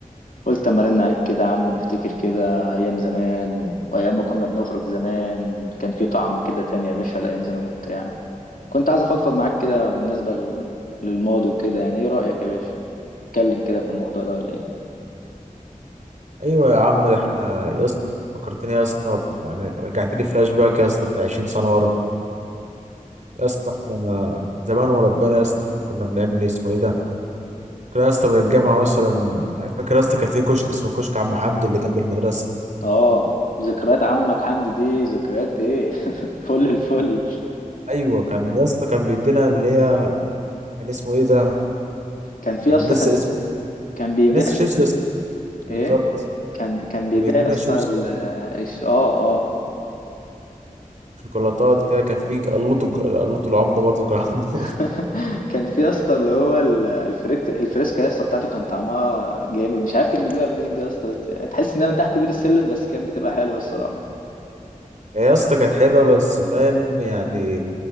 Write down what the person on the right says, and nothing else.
ايوه يا عم احنا يا اسطى انت فكرتني يا اسطى يعني رجعت لي فلاش باك يا اسطى بتاع 20 سنه ورا يا اسطى احنا زمان وربنا يا اسطى احنا كنا بنعمل ايه؟ اسمه ايه ده كنا يا اسطى من الجامعه مثلا يعني فاكر يا اسطى كان في كشك اسمه كشك عم حمدي اللي جنب المدرسه
ايوه كان يا اسطى كان بيدينا اللي هي كان اسمه ايه ده
كان
لسه
اسمه
كان لسه
شيبسي بالظبط
كان بيجيب
لنا
شيبسي
وشوكولاتات كده كان في قلوط قلوط العمده برضه كان عنده
<laughs>
يا اسطى كانت حلوه بس فاهم يعني